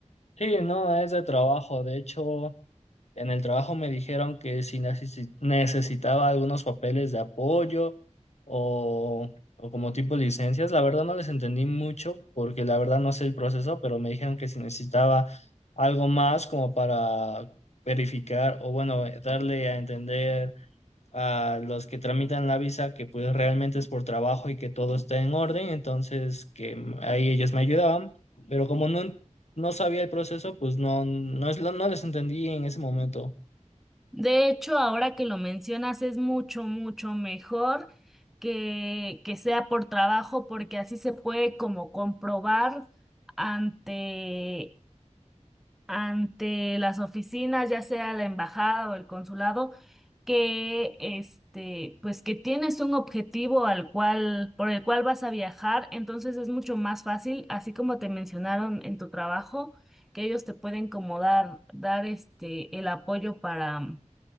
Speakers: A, on the left; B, in the centre.
A: Sí, no, es de trabajo, de hecho. En el trabajo me dijeron que si necesi- necesitaba algunos papeles de apoyo o, o como tipo licencias, la verdad no les entendí mucho porque la verdad no sé el proceso, pero me dijeron que si necesitaba algo más como para verificar o bueno, darle a entender a los que tramitan la visa que pues realmente es por trabajo y que todo está en orden, entonces que ahí ellos me ayudaban, pero como no, no sabía el proceso, pues no, no, es- no no les entendí en ese momento.
B: De hecho, ahora que lo mencionas, es mucho, mucho mejor que, que sea por trabajo, porque así se puede como comprobar ante ante las oficinas, ya sea la embajada o el consulado, que este, pues que tienes un objetivo al cual, por el cual vas a viajar, entonces es mucho más fácil, así como te mencionaron en tu trabajo, que ellos te pueden como dar, dar este el apoyo para,